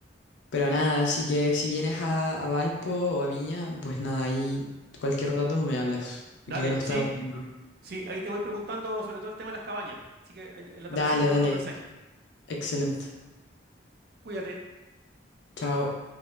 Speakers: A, on the left; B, on the right.
A: Pero nada, así que si vienes a, a Valpo o a Viña, pues nada, ahí cualquier dato me hablas.
B: Dale,
A: Que nos estamos
B: sí,
A: viendo.
B: sí, ahí te voy preguntando sobre todo el tema de las cabañas. Así que en en la
A: Dale,
B: tardecita te
A: dale.
B: mando un mensaje.
A: Excelente.
B: Cuídate.
A: Chao.